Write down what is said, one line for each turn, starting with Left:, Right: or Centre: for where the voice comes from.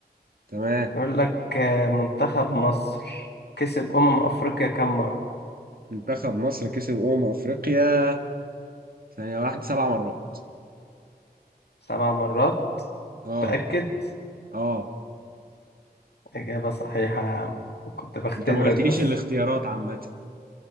Right: تمام
Left: يقول لك آه، منتخب مصر كسب أمم أفريقيا كم مرة
Right: منتخب مصر كسب أمم أفريقيا ثانية واحدة سبع مرات
Left: سبع مرات
Right: اه
Left: تأكد
Right: اه
Left: إجابة صحيحة يا عم كنت بختبرك
Right: انت ما قلتليش
Left: بس
Right: الاختيارات عامة